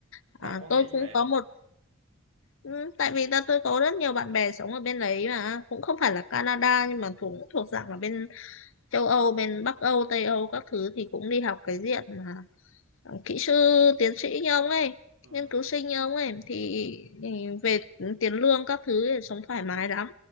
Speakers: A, on the left; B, on the right.
A: à,
B: bà có nghĩ
A: tôi cũng
B: vậy
A: có
B: không
A: một ừ, tại vì là tôi có rất nhiều bạn bè sống ở bên đấy mà cũng không phải là Canada nhưng mà thuộc thuộc dạng là bên châu Âu bên Bắc Âu Tây Âu các thứ thì cũng đi học cái diện mà kỹ sư tiến sĩ như ông ấy
B: ừ
A: nghiên cứu sinh như ông ấy thì ừ, về tiền lương các thứ thì sống thoải mái lắm